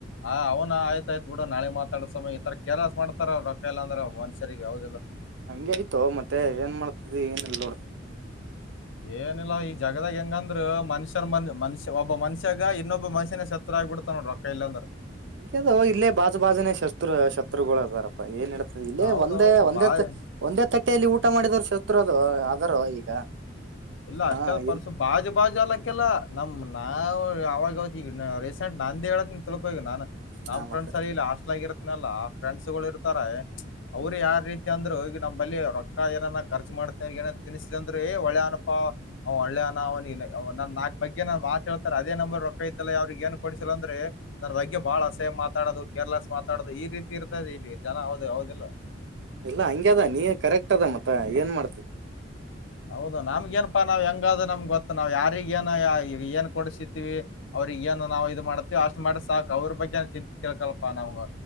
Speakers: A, on the left; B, on the right.
A: ಹ ಅವ್ನ ಆಯ್ತಾ ಆಯ್ತ್ ಬಿಡು ನಾಳೆ ಮಾತಾಡಸಮ ಈ ತರ ಕೆರ್ಲೆಸ್ ಮಾಡ್ತಾರ ರೊಕ್ಕ ಇಲ್ಲ ಅಂದ್ರೆ ಮನುಷ್ಯರಿಗೆ ವೌದಿಲ್ಲೋ.
B: ಹಂಗೆ ಆಯ್ತೋ ಮತ್ತೆ ಏನ್ ಮಾಡ್ತೀದಿ ಏನಿಲ್ ನೋಡ್.
A: ಎನ್ ಈ ಜಗದ ಹೆಂಗಂದ್ರ ಮನುಷ್ಯರ ಮ ಮನುಷ್ಯ ಒಬ್ಬ ಮನುಷ್ಯಾಗ ಇನ್ನೊಬ್ಬ ಮನುಷ್ಯನೇ ಶತ್ರು ಆಗ್ಬೀಡ್ತಾನೋಡಾಕ್ <unintelligible> ಇಲ್ಲ ಅಂದ್ರೇ.
B: ಹೆಂಗೋ ಇಲ್ಲೇ ಬಾಜು ಬಾಜುನೇ ಶಸ್ತ್ರು ಶತ್ರುಗಳದಾರ. ಏನ್ ಹೇಳ್ತದೆ ಇಲ್ಲಿ
A: ಹೌದೌದು
B: ಒಂದೇ ಒಂದೇ
A: ಬಾಳ
B: ತಕ್ ಒಂದೇ ತಟ್ಟೆಯಲ್ಲಿ ಊಟ ಮಾಡಿದವ್ರ ಶತ್ರದೂ ಅದರೊ ಈಗ.
A: ಇಲ್ಲ
B: ಹ
A: ಅಷ್ಟಾದ್ ಪರ್ಸು
B: ಇಲ್
A: ಬಾಜು ಬಾಜು ಅಲಕಿಲ್ಲ ನಮ್ ನಾವ ಅವಗೋತೀವ್ ಇನ ರೀಸೆಂಟ್ ನಂದೇ ಹೇಳತಿನ್ ತಿಳಿಕೋ ಈಗ ನಾನು. ನಮ್
B: ಹ ಮತ್ತ
A: ಫ್ರೆಂಡ್ಸ್ ಅಲ್ಲಿ ಇಲ್ಲಿ ಹಾಸ್ಟ್ಲ್ ಆಗಿರ್ತನಲ ಫ್ರೆಂಡ್ಸ್ ಗೊಳ ಇರ್ತರೆ. ಅವ್ರ್ ಯಾ ರೀತಿ ಅಂದ್ರು ಈಗ ನಂಬಲ್ಲಿ ರೊಕ್ಕ ಏನನ ಕರ್ಚ್ ಮಾಡತ್ ಏನನ ತಿನ್ಸಿದಂದ್ರ್ ಏ ಒಳ್ಳೇವ್ನ್ ಆನಪ್. ಹಾ ಅವ ಹಳ್ಳೇನವ್ ನಿ ನನ್ ನಾಕ್ ಬಗ್ಗೆ ನನ್ ಮಾತ್ ಹೇಳ್ತಾರೆ ಅದೇ ನಂಬರ್ ರೊಕ್ಕ ಇದ್ದಲ್ಲ ಅವ್ರಿಗ ಏನ್ ಕೊಡಿಸಿಲ್ಲ ಅಂದ್ರೆ ನನ್ನ ಬಗ್ಗೆ ಬಹಳ ಅಸೇ ಮಾತಾಡೋದು ಕೇರ್ಲೆಸ್ ಮಾತಾಡೋದು ಈ ರೀತಿ ಇರ್ತದೆ ಇಲ್ಲಿ ಜನ ಹೌದು ಹೌದಿಲ್ಲಾ
B: ಇಲ್ಲ ಹಂಗಗೆ ಅದ ನೀ ಕರೆಕ್ಟ್ ಅದ ಮತ್ತ ಏನ್ ಮಾಡ್ತ
A: ಹೌದು ನಮ್ಗ ಏನಪಾ ನಾವ್ ಹೆಂಗದು್ ನಮ್ಗ ಗೊತ್ತ ನಾವ್ ಯಾರಿಗ ಏ ಈಗ ಏನ್ ಕೊಡ್ಸತಿೀವಿ ಅವ್ರಿಗೆಗಏನು ನಾವು ಇದು ಮಾಡತೇವಿ ಅಷ್ಟ್ ಮಾಡ್ರ ಸಾಕು ಅವ್ರ ಬಗ್ಗೆ ತಿಳ್ಕಲ್ಪಾ ನಮಗ